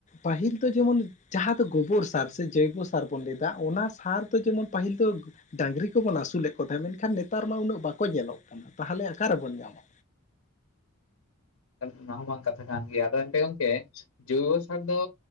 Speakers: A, on the left; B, on the left.
A: ᱯᱟᱹᱦᱤᱞ ᱫᱚ ᱡᱮᱢᱚᱱ ᱡᱟᱦᱟᱸ ᱫᱚ ᱜᱳᱵᱚᱨ ᱥᱟᱨ ᱥᱮ ᱡᱳᱭᱵᱚ ᱥᱟᱨ ᱵᱚᱱ ᱞᱟᱹᱭᱫᱟ ᱚᱱᱟ ᱥᱟᱨ ᱫᱚ ᱡᱮᱢᱚᱱ ᱯᱟᱹᱦᱤᱞ ᱫᱚ ᱰᱟᱝᱨᱤ ᱠᱚᱵᱚᱱ ᱟᱹᱥᱩᱞᱮᱫ ᱠᱚ ᱛᱟᱦᱮᱸᱫ ᱢᱮᱱᱠᱷᱟᱱ ᱱᱮᱛᱟᱨ ᱢᱟ ᱩᱱᱟᱹᱜ ᱵᱟᱠᱚ ᱧᱮᱞᱚᱜ ᱠᱟᱱᱟ ᱛᱟᱦᱚᱞᱮ ᱚᱠᱟᱨᱮᱵᱚᱱ ᱧᱟᱢᱟ
B: ᱚᱱᱟᱦᱚ ᱵᱟᱝ ᱠᱟᱛᱷᱟ ᱠᱟᱱ ᱜᱮᱭᱟ ᱟᱫᱚ ᱮᱱᱛᱮ ᱜᱚᱢᱠᱮ ᱡᱳᱭᱵᱚᱥᱟᱨ ᱫᱚ